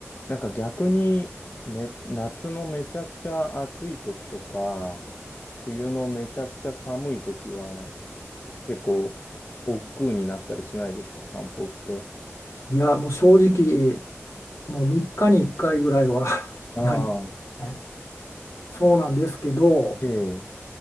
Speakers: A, on the left; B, on the left.
A: なんか逆にめ、夏のめちゃくちゃ暑い時とか、冬のめちゃくちゃ寒い時は、結構、億劫になったりしないですか、散歩って。
B: いや、もう正直、もう3日に1回ぐらいは
A: ああ、
B: <laughs> ねそうなんですけど、
A: ええ、